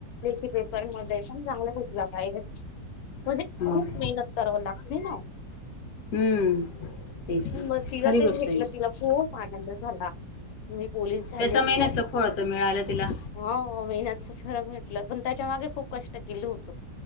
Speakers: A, on the left; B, on the left.
A: लेखी पेपर मध्ये पण चांगले भेट पाहिजे म्हणजे
B: मग
A: खूप मेहनत कराव लागते ना
B: हम्म तेच ना
A: मग तिला
B: खरी
A: ते
B: गोष्ट
A: भेटलं
B: आहे
A: तिला खूप आनंद झाला मी पोलीस झाले
B: त्याचा मेहनतचं
A: बॉम्ब
B: फळ तर मिळालं तिला
A: हो मेहनतच फळ भेटलं पण त्याच्या मागे खूप कष्ट केले होत